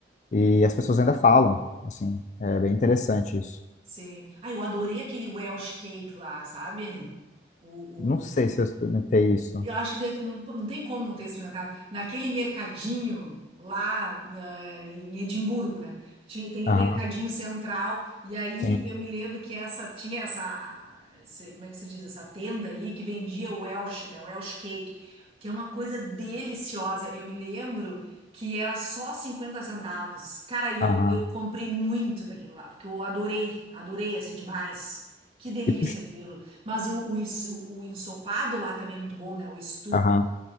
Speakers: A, on the left (about 40°); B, on the right (about 35°).
A: e as pessoas ainda falam, assim, é bem interessante isso.
B: sim. Ah, eu adorei aquele Welsh cake lá, sabe? O,
A: Não sei se
B: o,
A: eu experimentei isso.
B: Eu acho que deve ter- não, não tem como não ter experimentado. Naquele mercadinho lá, eh, em Edimburgo, né? Tinha, tem
A: Aham,
B: o mercadinho central, e aí
A: sim,
B: eu me lembro que essa tinha essa, esse- como é que se diz, essa tenda aí que vendia o Welsh, né? O Welsh Cake, que é uma coisa deliciosa. Eu me lembro que era só 50 centavos. Cara, e eu,
A: aham.
B: eu comprei muito daquilo lá, porque eu adorei, adorei assim demais. Que delícia
A: E tu-
B: aquilo. Mas o, o, ens- o, o ensopado lá também é muito bom, né? O stew,
A: aham.